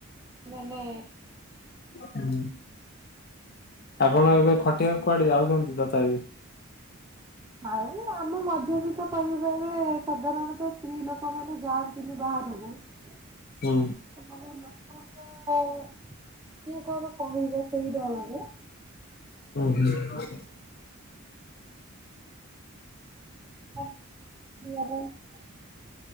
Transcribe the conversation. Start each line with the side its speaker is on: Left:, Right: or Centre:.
Right: ମାନେ
Left: ହୁଁ। ଆପଣ ଏବେ ଖଟିଆକୁ କୁଆଡେ ଯାଉଛନ୍ତି ତଥାପି
Right: ଆଉ ଆମ ମଧ୍ୟ ବି ତ ପରିବାରରେ ସାଧାରଣତଃ ସ୍ତ୍ରୀ ଲୋକ ମାନେ ଯାଆନ୍ତିନି ବାହାରୁକୁ ସେମାନେ
Left: ହୁଁ
Right: ଲୋକ ହକ କିଏ କଣ କହିବ ସେଇ ଡରରେ
Left: ହୁଁ ହୁଁ।
Right: <unintelligible>